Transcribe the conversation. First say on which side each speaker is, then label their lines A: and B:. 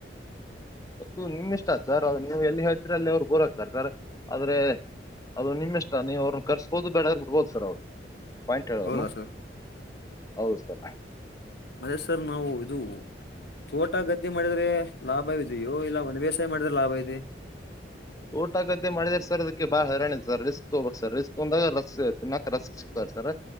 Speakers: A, on the left (about 20°); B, on the left (about 60°).
A: ಅದು ನಿಮ್ ಇಷ್ಟ ಸರ್ ಅ ನೀವು ಎಲ್ಲಿ ಹೇಳ್ತರ ಅಲ್ಲಿ ಅವ್ರು ಗೋರಾಗ್ತಾರೆ ಸರ್ ಆದ್ರೆ ಅದು ನಿಮ್ಮ್ ಇಷ್ಟ ನೀ ಅವ್ರನ್ನ ಕರ್ಬೋದು ಬೇಡರ್ ಬಿಡ್ಬೋದು ಸರ್ ಅವರು ಪಾಯಿಂಟ ಹೇಳೋರ್ನ
B: ಹೌದಾ ಸರ್
A: ಹೌದು ಸರ್
B: ಮದೇ ಸರ್ ನಾವು ಇದು ತೋಟ ಗದ್ದೆ ಮಾಡಿದ್ರೆ ಲಾಭ ಇ್ಯ ಇಲ್ಲ ಒಂದ ಬೇಸಾಯ ಮಾಡಿದ್ರೆ ಲಾಭ ಇದೆ
A: ಊಟ ಗದ್ದೆ ಮಾಡಿದ್ರ ಸರ್ ಅದಕ್ಕೆ ಬಾಳ ಹರರಣಾಣ ಸರ್ ರಿಸ್ಕ್ ತಗ್ಬೇಕ ಸ ರಿಸ್ಕ್ ತಂದಾಗ ರಸ್ ತಿನ್ನಾಕ್ ರಸ್ಕ್ ಸಿಗ್ತವ ಸರ